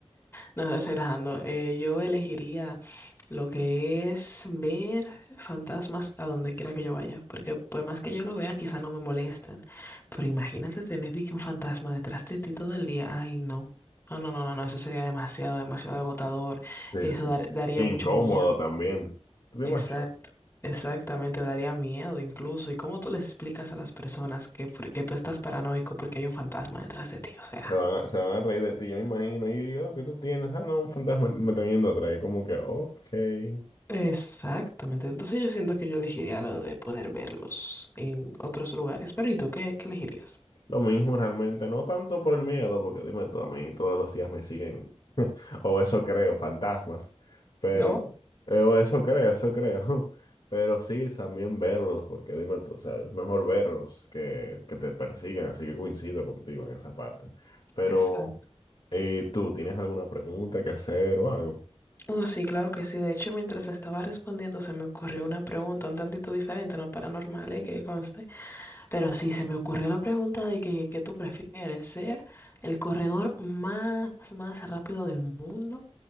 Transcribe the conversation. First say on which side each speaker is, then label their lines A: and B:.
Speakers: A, on the left (about 20°); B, on the left (about 55°).
A: No, relajando. Eh, yo elegiría lo que es ver fantasmas a donde quiera que yo vaya, porque por más que yo lo vea, quizá no me molestan. Pero imagínate tener de que un fantasma detrás de ti todo el día. Ay, no. No, no, no, no, no, eso sería demasiado, demasiado agotador.
B: sí,
A: Eso
B: sí.
A: dar- daría
B: Qué Incómodo
A: mucho miedo.
B: también. ¿Tú te
A: Exacto.
B: imaginas?
A: Exactamente, daría miedo incluso. ¿Y cómo tú les explicas a las personas que, por- que tú estás paranoico porque hay un fantasma detrás de ti? O sea.
B: Se van a, se van a reír de ti, yo me imagino. Y yo, ¿qué tú tienes? Ah, no, un fantasma me está yendo atrás. Y Como que, ok.
A: Exactamente. Entonces yo siento que yo elegiría lo de poder verlos en otros lugares. Pero ¿y tú qué, qué elegirías?
B: Lo mismo realmente, no tanto por el miedo, porque dime tú, a mí todos los días me siguen O eso creo, fantasmas. Pero,
A: No,
B: eh, o eso creo, eso creo. <laughs> Pero sí, también verlos, porque dime tú, o sea, es mejor verlos que, que te persigan, así que coincido contigo en esa parte. Pero,
A: Exacto.
B: eh, tú, ¿tienes alguna pregunta que hacer o algo?
A: Oh, sí, claro que sí. De hecho, mientras estaba respondiendo, se me ocurrió una pregunta un tantito diferente, no paranormal, eh, que conste. Pero sí, se me ocurrió la pregunta de que, que tú prefieres ser el corredor más, más rápido del mundo